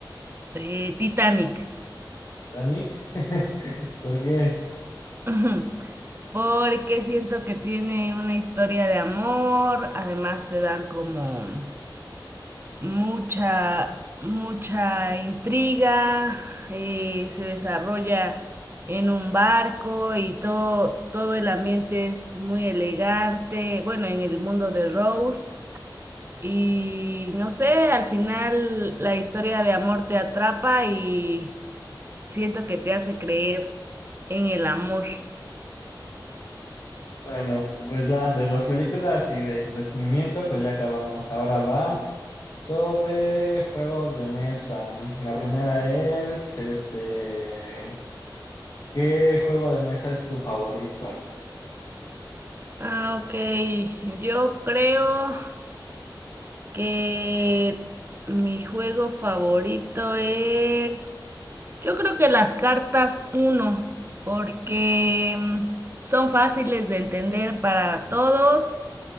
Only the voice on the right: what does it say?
eh, Titanic.
<laughs> Porque siento que tiene una historia de amor, además te dan como mucha, mucha intriga, eh, se desarrolla en un barco y todo, todo el ambiente es muy elegante, bueno, en el mundo de Rose. Y no sé, al final la historia de amor te atrapa y siento que te hace creer en el amor.
Ah, ok, yo creo que mi juego favorito es Yo creo que las cartas uno, porque mm, son fáciles de entender para todos